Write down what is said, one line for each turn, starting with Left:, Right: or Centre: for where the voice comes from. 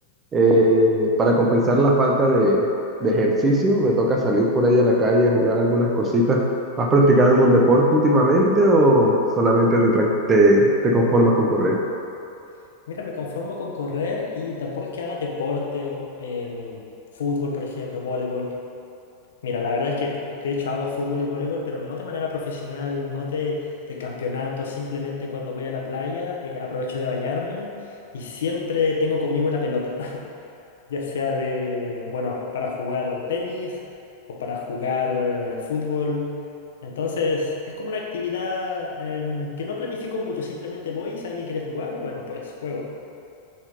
Right: Eh, para compensar la falta de, de ejercicio, me toca salir por ahí a la calle a jugar algunas cositas. ¿Has practicado algún deporte últimamente o solamente te, tran- te, te conformas con correr?
Left: <laughs> Mira, me conformo con correr y tampoco es que haga deporte, o, em, fútbol, por ejemplo, voleibol. Mira, la verdad es que de hecho hago fútbol y voleibol, pero no de manera profesional, no de, de campeonato, simplemente cuando voy a la playa eh, aprovecho de bañarme y siempre tengo conmigo una pelota, <laughs> ya sea de, bueno, para jugar tenis o para jugar eh, fútbol. Entonces es como una actividad em, que no planifico mucho, simplemente voy, si alguien quiere jugar, bueno, pues juego.